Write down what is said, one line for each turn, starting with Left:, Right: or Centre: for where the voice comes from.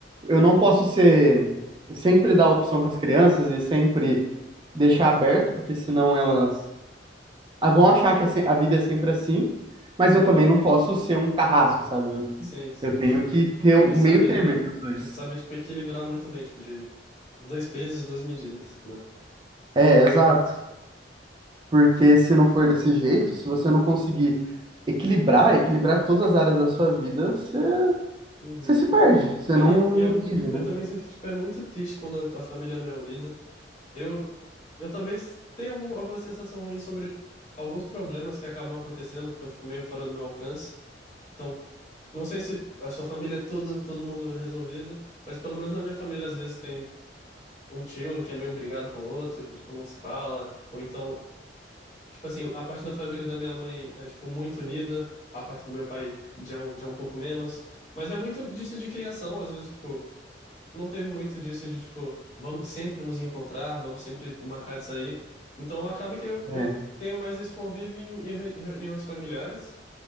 Right: Eu não posso ser sempre dar opção para as crianças e sempre deixar aberto, porque senão elas ah, vão achar que é se- a vida é sempre assim, mas
Left: uhum.
Right: eu também não posso ser um carrasco, sabe? Eu,
Left: Sim, sim,
Right: eu tenho
Left: sim.
Right: que ter o
Left: De saber,
Right: meio termo entre os dois.
Left: de saber, tipo, equilibrar muito bem, tipo, de dois pesos, duas medidas, né?
Right: É, exato. Porque se não for desse jeito, se você não conseguir equilibrar, equilibrar todas as áreas da sua vida, você,
Left: Uhum.
Right: você se perde, você
Left: Cara,
Right: não,
Left: e, e
Right: não
Left: eu,
Right: vive, né?
Left: eu também sinto que, tipo, é muito triste quando a, a família não é unida. Eu, eu talvez tenha algum, alguma sensação ruim sobre alguns problemas que acabam acontecendo, que estão, tipo, meio fora do meu alcance. Então, não sei se a sua família é todo, todo mundo resolvido, mas pelo menos na minha família, às vezes, tem um tio que é meio brigado com o outro, que, tipo, não se fala, ou então Tipo assim, a parte da família da minha mãe é, tipo, muito unida, a parte do meu pai já é um, já é um pouco menos, mas é muito disso de criação, às vezes, tipo, não teve muito disso de, tipo, vamos sempre nos encontrar, vamos sempre marcar de sair. Então, acaba que eu,
Right: É.
Left: eu tenho mais esse convívio em reu- reuniões familiares